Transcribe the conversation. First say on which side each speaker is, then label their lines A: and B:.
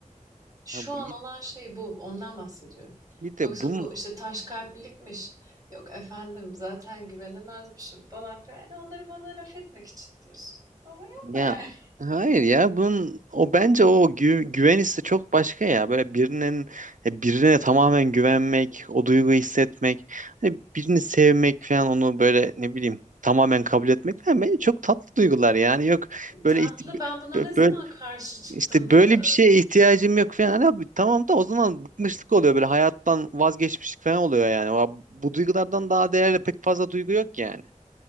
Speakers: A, on the right (about 75°); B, on the right (about 30°).
A: <laughs>
B: Şu
A: Ya
B: an
A: bu iyi,
B: olan şey bu. Ondan bahsediyorum.
A: iyi de
B: Yoksa
A: bunun
B: bu işte taş kalplilikmiş. Yok efendim zaten güvenemezmişim falan filan. Yani onları bana laf etmek için diyorsun. Ama yapma
A: Ya
B: yani.
A: hayır ya bunun o bence o gü- güven hissi çok başka ya. Böyle birinin e, birine tamamen güvenmek, o duyguyu hissetmek, hani birini sevmek falan onu böyle ne bileyim tamamen kabul etmek falan bence çok tatlı duygular yani. Yok böyle
B: Tatlı
A: ihti-
B: ben buna
A: bö-
B: ne zaman
A: böyle
B: karşı çıktım
A: işte
B: da
A: böyle bir şeye ihtiyacım yok falan. Hani abi, tamam da o zaman bıkmışlık oluyor böyle hayattan vazgeçmişlik falan oluyor yani. O- Bu duygulardan daha değerli pek fazla duygu yok yani.